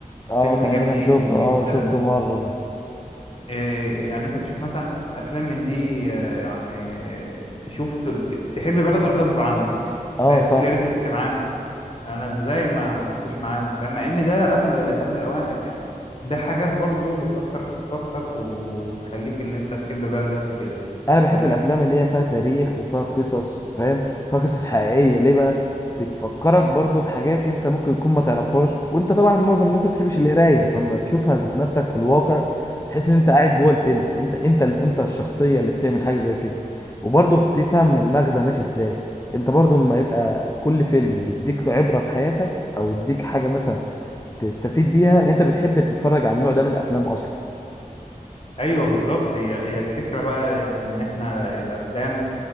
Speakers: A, on the left; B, on the left.
A: اه
B: فيلم
A: تقريبا
B: جميل
A: شفته
B: جدا
A: اه شفته مره ده
B: آه، يعني أنت تشوف مثلا أفلام من دي آه، يعني آه، تشوف ت- تحب بلدك غصب عنك
A: اه
B: فاهم
A: صح
B: تقول يا ريتني كنت معاهم انا ازاي ما ما كنتش معاهم فاهم مع ان ده قبل قبل اوانك يعني ده حاجات برضو بتأثر في ثقافتك وتخليك ان انت تحب بلدك وكده
A: انا بحب
B: فاهمني
A: الافلام اللي هي فيها تاريخ وفيها قصص فاهم فيها قصص حقيقيه ليه بقى بتفكرك برضو بحاجات انت ممكن تكون ما تعرفهاش وانت طبعا معظم الناس ما بتحبش القرايه فلما تشوفها ذات نفسك في الواقع تحس ان انت قاعد جوه الفيلم انت انت ال- انت الشخصيه اللي بتعمل حاجه زي كده وبرضو بتفهم المغزى ماشي ازاي انت برضو لما يبقى كل فيلم يديك عبره في حياتك او يديك حاجه مثلا تستفيد بيها انت بتحب تتفرج على النوع ده من الافلام اصلا
B: ايوه بالظبط هي هي الفكرة بقى يعني ان احنا الافلام